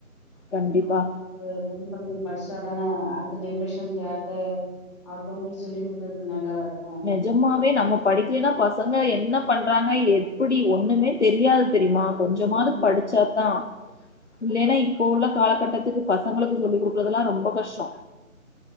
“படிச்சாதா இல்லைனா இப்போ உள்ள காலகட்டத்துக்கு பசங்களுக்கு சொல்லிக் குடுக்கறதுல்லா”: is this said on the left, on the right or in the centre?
Left